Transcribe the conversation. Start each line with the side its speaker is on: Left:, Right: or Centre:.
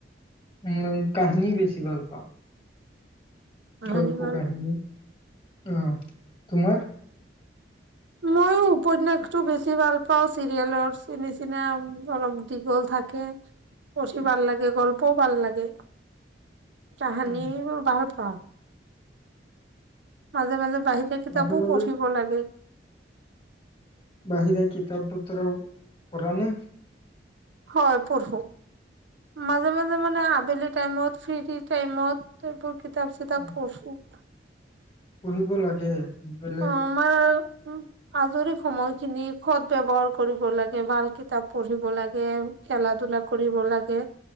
Left: উ কাহিনী বেছি ভাল পাওঁ
Right: কাহানী
Left: গল্প
Right: ভাল
Left: কাহিনী আহ তোমাৰ
Right: মইো উপনয়াসটো বেছি ভাল পাওঁ চিৰিয়েলৰ চিন চিনা অলপ দীঘল থাকে পঢ়ি ভাল লাগে গল্পও ভাল লাগে কাহানী
Left: উম,
Right: বাল অ মাজে মাজে বাহিৰে কিতাপো
Left: মাজে মাজে
Right: পঢ়িব লাগে
Left: বাহিৰে কিতাপ বতৰাও পঢ় নে
Right: হয় পঢ় মাজে মাজে মানে আবেলি াইমত ফ্ৰী াইমত কিতাপ চিতাপ
Left: উম,
Right: পঢচ
Left: পঢ়িব লাগে বেলেগ
Right: অ আমাৰ উ আজৰি সময় খিনি সদ ব্য্ৱহাৰ কৰিব লাগে ভাল কিতাপ পঢ়িব লাগে খেলা ধূলা কৰিব লাগে